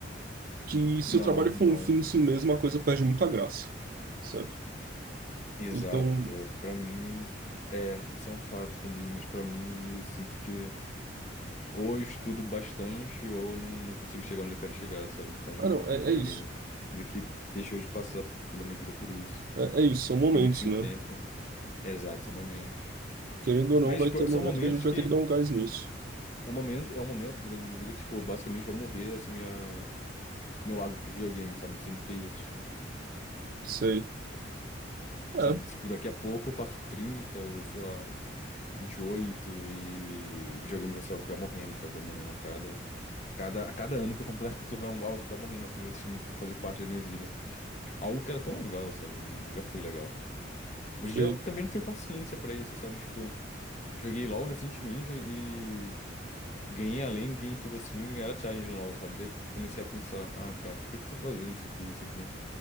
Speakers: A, on the right (about 50°); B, on the left (about 40°).
A: Que se
B: Não,
A: o trabalho for
B: não.
A: um fim em si mesmo, a coisa perde muita graça, sabe?
B: Exato.
A: Então,
B: Pra mim, é, isso é um fato também, mas pra mim, eu sinto que ou eu estudo bastante ou não, não consigo chegar onde eu quero chegar, sabe? Então,
A: ah não, é,
B: o videogame
A: é isso.
B: meio que deixou de passar pela minha vida por isso.
A: É, é isso, são
B: Eu
A: momentos,
B: fiquei meio que sem
A: né?
B: tempo. Exato, são momentos.
A: Querendo ou não,
B: Mas,
A: vai
B: tipo,
A: ter momento
B: são momentos
A: que a gente vai
B: que.
A: ter que dar um gás nisso.
B: É um momento, é um momento da minha vida que, tipo, basicamente vai morrer essa minha, meu lado pro videogame, sabe? Eu sinto que é isso.
A: Sei. É,
B: Sabe, tipo, daqui a pouco eu faço 30 ou sei lá, vinte e oito e videogame vai ser algo que vai morrendo, sabe? Vai morrendo a cada, cada, a cada ano que eu completo, <laughs> vai um- algo que vai morrendo, assim, vai deixando de fazer parte da minha vida. Algo que era tão legal, sabe? Já foi legal. Hoje
A: sei.
B: em dia eu também não tenho paciência pra isso, sabe? Tipo, joguei LoL recentemente e ganhei a lane, ganhei tudo assim, era challenge no LoL, sabe? Daí eu comecei a pensar, ah, cara, por que que eu tô fazendo isso aqui, isso aqui?